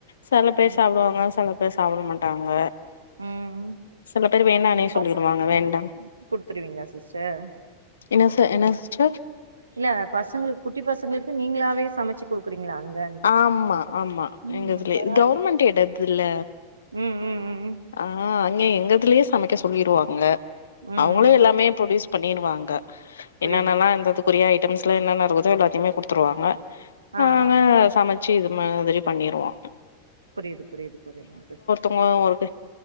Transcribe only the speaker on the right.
ம்
ம்
பசங்களுக்கு
<inaudible> குடுத்துருவீங்களா சிஸ்டர்
இல்ல பசங்ளுக்கு குட்டி பசங்ளுக்கு நீங்ளாவே சமச்சி குடுக்றீங்களா அங்க
ம்
பரவால்ல
ம் ம் ம்
ம்
ம்.
புரியுது
புரியுது.
ஆ
ஆ.
புரிது புரிது புரிது சிஸ்